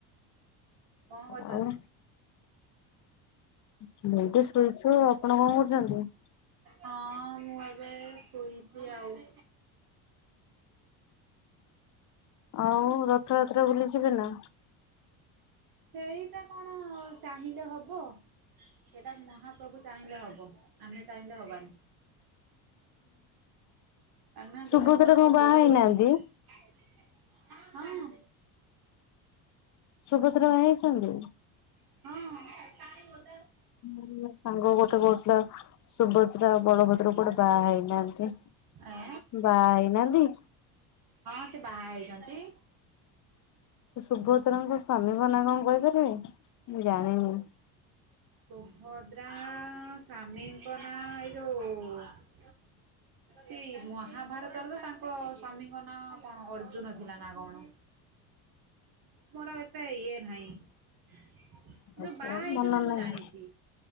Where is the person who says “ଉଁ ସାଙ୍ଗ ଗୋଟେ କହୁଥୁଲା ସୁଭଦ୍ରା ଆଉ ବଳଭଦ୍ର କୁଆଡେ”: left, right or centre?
Left